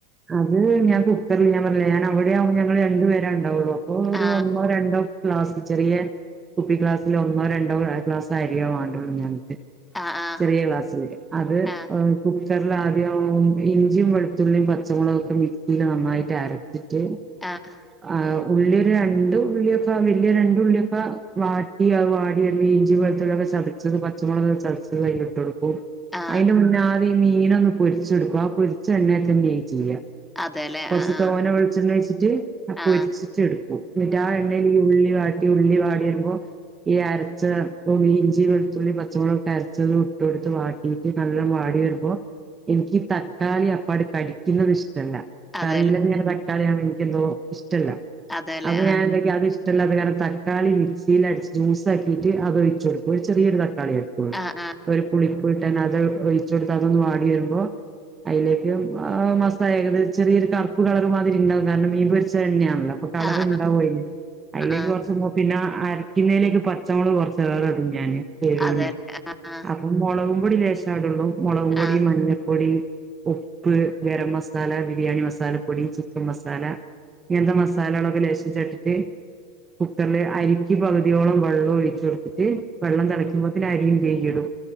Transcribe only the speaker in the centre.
ആ,
ആ, ആ,
ആ,
ആഹ്
ആ.
അതേല്ലേ.
ആ, ആ,
ആ,
അതേല്ലേ.
അതേല്ലേ.
ആ,
ആ, ആ,
ആ, ആ,
ആ, ആ.
അതേല്ലേ. ആ,
ആ.